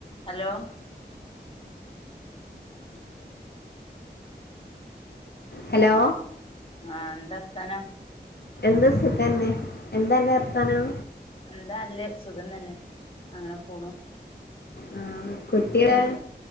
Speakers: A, on the left (about 30°); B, on the left (about 65°).
A: Hello ഉം
B: hello
A: ആ എന്തർത്താനം
B: എന്താ സുഖന്നെ എന്താന്റർത്താനം
A: എന്താല്ലത് സുഖം തന്നെ അങ്ങനെ പോണു
B: ആ കുട്ടിയുടെ
A: എന്ത്‌